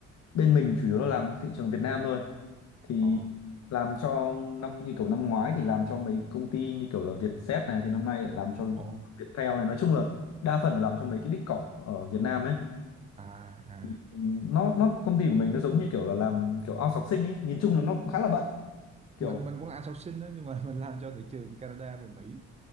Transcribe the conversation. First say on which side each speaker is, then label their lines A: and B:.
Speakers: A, on the left; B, on the right.
A: bên mình chủ yếu là làm thị trường Việt Nam thôi. Thì
B: ồ
A: làm cho năm như kiểu năm ngoái thì làm cho mấy công ty như kiểu là Vietjet này thì năm nay lại làm cho
B: ồ
A: Viettel này nói chung là đa phần là làm cho mấy cái big corp ở Việt Nam ấy.
B: à à
A: Thì nó nó công ty của mình nó giống như kiểu là làm kiểu outsourcing ấy, nhìn chung là nó cũng khá là bận. Kiểu
B: mình mình cũng là outsourcing đó nhưng mà <laughs> mình làm cho thị trường Canada và Mỹ